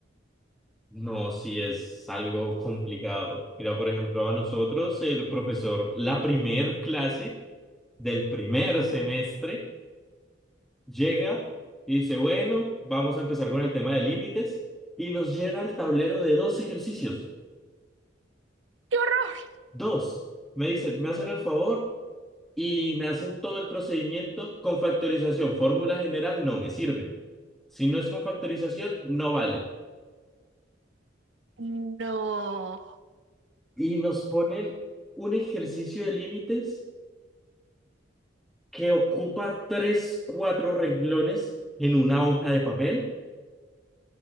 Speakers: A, in the centre; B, on the right.
A: No, sí es algo complicado. Mira, por ejemplo, a nosotros el profesor, la primer clase del primer semestre, llega y dice, bueno, vamos a empezar con el tema de límites y nos llena el tablero de dos ejercicios.
B: ¡Qué horror!
A: Dos. Me dicen, me hacen el favor y me hacen todo el procedimiento con factorización. Fórmula general no me sirve. Si no es con factorización, no vale.
B: No,
A: Y nos ponen un ejercicio de límites que ocupa tres, cuatro renglones en una hoja de papel